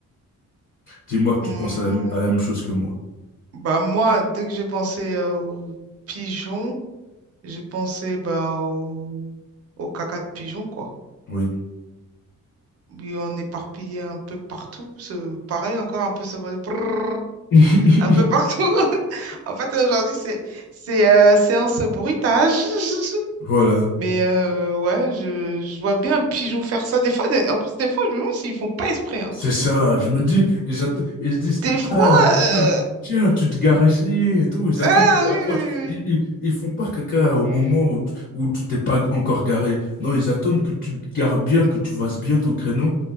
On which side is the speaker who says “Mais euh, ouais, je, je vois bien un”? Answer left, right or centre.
Right